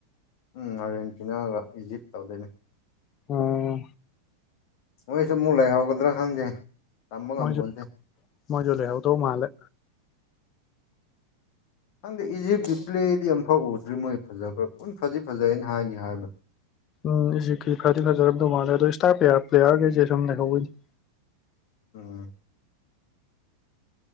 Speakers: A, on the left; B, on the left.
A: ꯎꯝ ꯑꯥꯔꯖꯦꯟꯇꯤꯅꯥꯒ ꯏꯖꯤꯞ ꯇꯧꯗꯣꯏꯅꯦ
B: ꯑꯣ
A: ꯃꯣꯏꯁꯨ ꯑꯃꯨꯛ ꯂꯩꯍꯧꯒꯗ꯭ꯔꯥ ꯈꯪꯗꯦ ꯇꯝꯕ ꯉꯝꯄꯣꯟꯇꯦ
B: ꯃꯣꯖꯨ ꯃꯣꯏꯖꯨ ꯂꯩꯍꯧꯗꯧ ꯃꯜꯂꯦ
A: ꯈꯪꯗꯦ ꯏꯖꯤꯞꯀꯤ ꯄ꯭ꯂꯦꯗꯤ ꯑꯃꯝꯐꯥꯎ ꯎꯗ꯭ꯔꯤ ꯃꯣꯏ ꯐꯖꯕ꯭ꯔꯥ ꯐꯗꯤ ꯐꯖꯩ ꯍꯥꯏꯒꯤꯝꯅꯦ ꯍꯥꯏꯕ
B: ꯎꯝ ꯏꯖꯤꯞꯀꯤ ꯐꯗꯤ ꯐꯖꯔꯗꯧ ꯃꯥꯜꯂꯦ ꯑꯗꯣ ꯏꯁꯇꯥꯔ ꯄ꯭ꯂꯦꯌꯥꯔꯈꯩꯁꯦ ꯑꯗꯨꯝ ꯂꯩꯍꯧꯋꯤꯅꯦ
A: ꯎꯝ